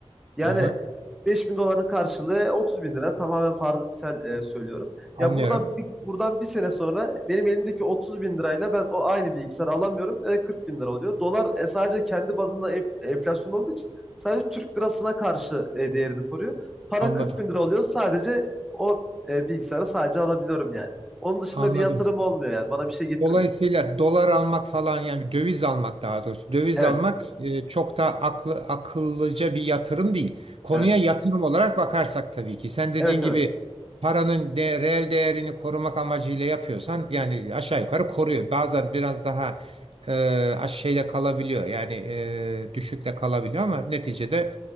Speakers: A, in the centre; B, on the right (about 60°).
A: Yani
B: Aha,
A: 5000 doların karşılığı 30 bin lira. Tamamen farzı misal e, söylüyorum.
B: anlıyorum.
A: Ya buradan bir, buradan bir sene sonra benim elimdeki 30 bin lirayla ben o aynı bilgisayarı alamıyorum. E, 40 bin lira oluyor. Dolar e, sadece kendi bazında enf- enflasyon olduğu için sadece Türk lirasına karşı e, değerini koruyor. Para
B: Anladım.
A: 40 bin lira oluyor. Sadece o e, bilgisayarı sadece alabiliyorum yani. Onun dışında
B: Anladım.
A: bir yatırım olmuyor yani. Bana bir şey getirmiyor.
B: Dolayısıyla dolar almak falan yani döviz almak daha doğrusu döviz
A: Evet,
B: almak e, çok da aklı, akıllıca bir yatırım değil. Konuya
A: evet.
B: yatırım olarak bakarsak tabii ki sen dediğin
A: Evet,
B: gibi
A: evet.
B: paranın de, reel değerini korumak amacıyla yapıyorsan yani aşağı yukarı koruyor. Bazen biraz daha e, aş- şeyle kalabiliyor yani e, düşükle kalabiliyor ama neticede